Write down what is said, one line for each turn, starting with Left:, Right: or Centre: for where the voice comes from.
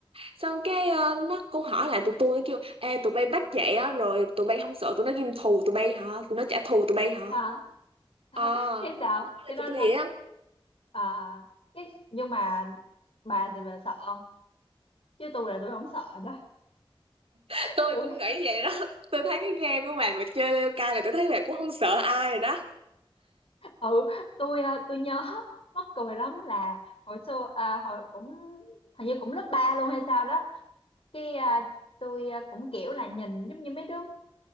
Right: xong cái ờ, nó cô hỏi lại tụi tôi nó kêu ê tụi bay bắt vậy á rồi tụi bay không sợ tụi nó ghim thù tụi bay hả tụi nó trả thù tụi bay hả
Left: à. <laughs>
Right: ờ
Left: cái sao
Right: nó hỏi lại
Left: cái nó
Right: tụi tôi vậy á
Left: ờ, à, cái nhưng mà bà thì bà sợ không chứ tôi là tôi không sợ đó
Right: <laughs>
Left: <laughs>
Right: tôi
Left: tôi
Right: cũng nghĩ vậy đó tôi thấy cái gan của bà mà chơi leo cai là tôi thấy bà cũng không sợ ai rồi đó
Left: ừ tôi à, tôi nhớ mắc cười lắm là hồi xưa à, hồi cũng hình như cũng lớp 3 luôn hay sao đó cái à, tôi à, cũng kiểu là nhìn giống như mấy đứa